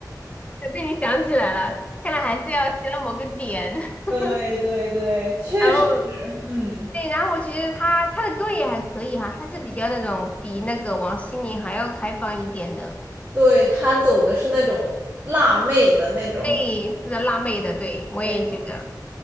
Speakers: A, on the left; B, on the right.
A: 被你想起来了，看来还是要提到某个点。<laughs>
B: 对对对，确实是，
A: 然后
B: 嗯，
A: 对，然后我就觉得他他的歌也还可以哈，他是比较那种比那个王心凌还要开放一点的，
B: 对，他走的是那种辣妹的那种
A: 对，是个辣妹的，对我也觉得。
B: <laughs>，没错，